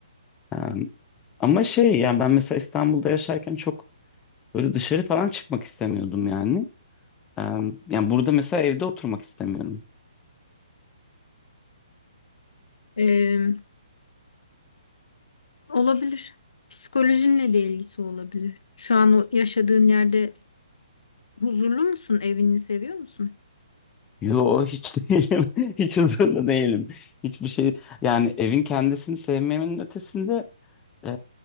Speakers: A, on the left (about 15°); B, on the left (about 65°).
A: Ee, ama şey yani ben mesela İstanbul'da yaşarken çok Böyle dışarı falan çıkmak istemiyordum yani. Ee, yani burada mesela evde oturmak istemiyorum.
B: Ee, olabilir. Psikolojinle de ilgisi olabilir. Şu an o yaşadığın yerde huzurlu musun? Evini seviyor musun?
A: Yo hiç <laughs> değilim. Hiç huzurlu değilim. Hiçbir şey yani evin kendisini sevmemin ötesinde e,